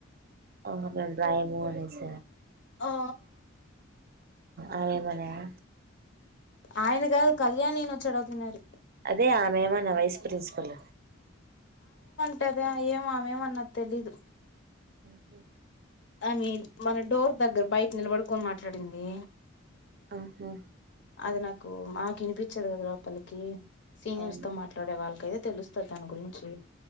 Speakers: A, on the right; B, on the left.
A: ఆహ మ ప్రా మూనిస
B: ఆ
A: అరే మయా
B: ఆయన కాదు కళ్యాణ్ నయన వచ్చాడువుతున్నారు
A: అదే ఆమయమా నా వైస్ ప్రిన్సిపల్
B: ఇద ఏం మామేం అన్న తెలిదు
A: పండుకోవాలి
B: ఆ మీ మన డోర్ దగ్గర బయట నిలబడుకొని మాట్లాడింది
A: ఆహా
B: అది నాకు మాకు వినిపించదు కదా లోపలికి సీనియర్స్
A: అవును
B: తో మాట్లాడే వాళ్ళకైతే తెలుస్తాది దాని గురించి